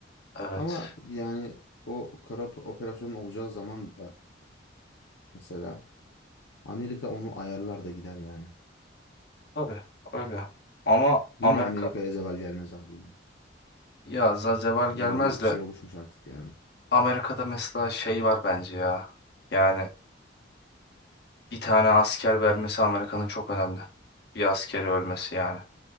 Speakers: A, on the left; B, on the left.
A: Evet.
B: Ama yani o kara op- operasyon olacağı zaman da mesela Amerika onu ayarlar da gider yani.
A: Tabii öyle. Ama
B: Yine
A: Amerika
B: Amerika'ya zeval gelmez abi. yani.
A: ya Zazeval gelmez
B: Öyle bir
A: de
B: şey oluşmuş artık yani.
A: Amerika'da mesela şey var bence ya. Yani bir tane asker vermesi Amerika'nın çok önemli. Bir askeri ölmesi yani.